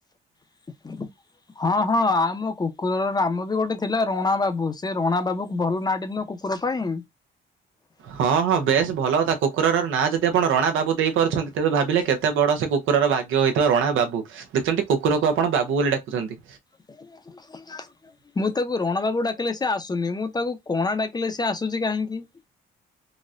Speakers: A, on the left (about 20°); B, on the right (about 85°).
A: <inaudible> ହଁ ହଁ ଆମ କୁକୁରର ନାମବି ଗୋଟେ ଥିଲା ରଣା ବାବୁ ସେରଣା ବାବୁକୁ ଭଲ ନାଁଟି ନୁହଁ କୁ କୁକୁର ପାଇଁ
B: ହଁ ହଁ ବେଶ୍ ଭଲ କଥା କୁକୁରର ନାଁ ଯଦି ଆପଣ ରଣା ବାବୁ ଦେଇପାରୁଛନ୍ତି ତେବେ ଭାବିଲେ କେତେ ବଡ଼ ସେ କୁ କୁକୁରର ଭାଗ୍ୟ ହୋଇଥିବ ରଣା ବାବୁ ଦେଖୁଚନ୍ତି କୁକୁରକୁ ଆପଣ ବାବୁ ବୋଲି ଡାକୁଛନ୍ତି।
A: <unintelligible> ମୁତାକୁ ରଣା ବାବୁ ଡାକିଲେ ସେ ଆସୁନି ମୁଁ ତାକୁ କଣା ଡାକିଲେ ସେଆସୁଚି କାହିଁକି?